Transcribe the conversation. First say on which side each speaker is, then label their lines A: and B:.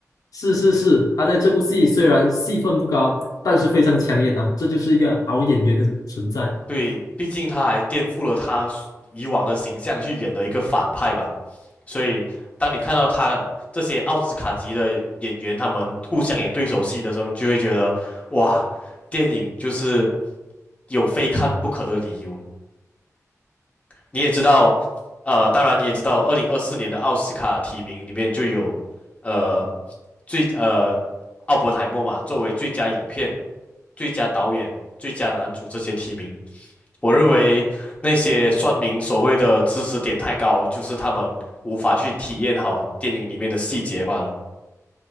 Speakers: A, on the left; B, on the left.
A: 是是是，他在这部戏虽然戏份不高，但是非常抢眼呐，这就是一个好演员的存在。
B: 对，毕竟他还颠覆了他以往的形象去演了一个反派吧，所以当你看到他这些奥斯卡级的演员他们互相演对手戏的时候，你就会觉得哇，电影就是有非看不可的理由。你也知道，呃，当然你也知道，二零二四年的奥斯卡提名里面就有呃最呃奥本海默嘛，作为最佳影片、最佳导演、最佳男主这些提名。我认为那些算命所谓的知识点太高，就是他们无法去体验好电影里面的细节罢了。